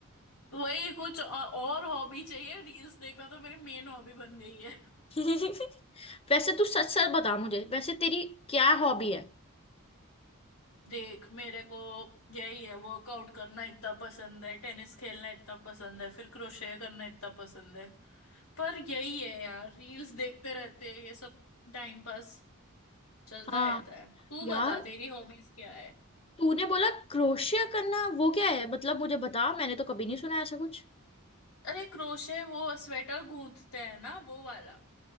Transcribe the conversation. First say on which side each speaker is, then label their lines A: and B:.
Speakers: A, on the left; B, on the left.
A: तो वही कुछ औ- और हॉबी चाहिए रील्स देखना तो मेरी मेन हॉबी बन गई है
B: <laughs> वैसे तू सच सच बता मुझे वैसे तेरी क्या हॉबी है
A: देख मेरे को यही है वर्कआउट करना इतना पसंद है टेनिस खेलना इतना पसंद है फिर क्रोशे करना इतना पसंद है पर यही है यार रील्स देखते रहते हैं ये सब टाइम पास चलता
B: हाँ
A: रहता है तू
B: यार
A: बता तेरी हॉबीज क्या
B: तूने बोला क्रोशिया करना वो क्या है मतलब मुझे बता मैंने तो कभी नहीं सुना ऐसा कुछ
A: अरे क्रोशे वो स्वेटर गूंथते हैं ना वो वाला